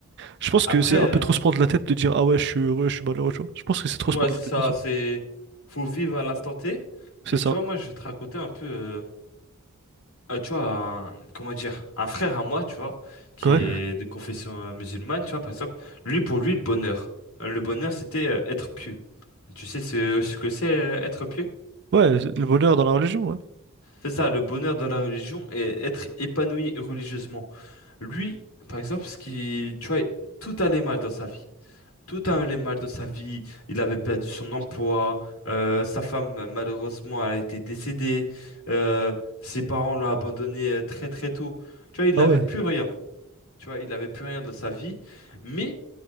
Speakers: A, on the right; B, on the left.
A: Je pense
B: après,
A: que c'est un
B: euh,
A: peu trop se prendre la tête de dire, ah ouais, je suis heureux, je suis malheureux, tu vois. Je pense que c'est trop
B: ouais,
A: se prendre
B: c'est
A: la tête,
B: ça,
A: perso.
B: c'est faut vivre à l'instant T,
A: C'est
B: mais
A: ça.
B: tu vois, moi, je vais te raconter un peu, euh, euh, tu vois, un- comment dire, un frère à moi, tu vois, qui
A: Ouais.
B: est de confession euh, musulmane, tu vois, par exemple, lui, pour lui, le bonheur, euh, le bonheur, c'était euh, être pieux. Tu sais ce, ce que c'est euh, être pieux?
A: Ouais, le bonheur dans la religion, ouais.
B: C'est ça, le bonheur dans la religion et être épanoui religieusement. Lui, par exemple, ce qui, tu vois, tout allait mal dans sa vie. Tout allait mal dans sa vie. Il avait perdu son emploi. euh, sa femme, malheureusement, elle a été décédée. euh, ses parents l'ont abandonné euh, très très tôt. Tu vois, il
A: Ah
B: n'avait
A: ouais,
B: plus rien. Tu vois, il n'avait plus rien dans sa vie. Mais